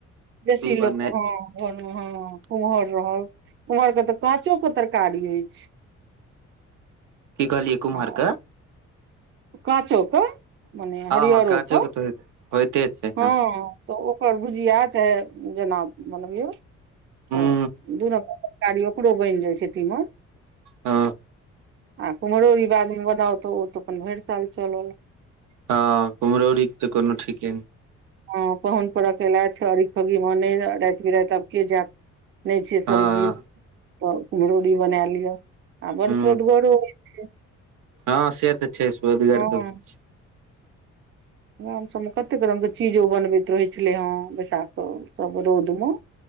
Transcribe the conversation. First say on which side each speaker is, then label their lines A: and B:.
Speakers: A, on the right; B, on the right.
A: बेसी लोक
B: बनै
A: हँ- - हँ कुमहर रहल कुमहर के तऽ काँचो के तरकारी होइछै।
B: की कहलियै कुमहर
A: आ
B: क।
A: काँचो क मने
B: हँ
A: हरियरोे
B: हँ काँचो
A: क।
B: के तऽ होइत होइते छै।
A: हँ तऽ ओकर भुजिया चाहे जेना बनबियौ।
B: हूं
A: तऽ दू रंग के तरकारी ओकरो बनि जाइ छै तीमन।
B: हँ।
A: आ कुम्हरौरी बादमे बनाउ तऽ ओ तऽ अपन भरि साल चलल।
B: हँ कुम्हरोरी के तऽ कोनो ठीके नै।
A: ह पाहुन परख एलथि अरी खगी मे अनैले राति बिराति आब के जायत। नहि छै
B: हँ
A: सब्जी तऽ कुम्हरौरी बना लिअ। आ बड़
B: हु
A: सोदगरो होइ छै
B: हँ से तऽ छै स्वादगर
A: हँ
B: तऽ होइ छै।
A: गाम सभमे कतेक रंगके चीजो बनबैत रहैत छलै हे बैसाख <unintelligible> रौद मे।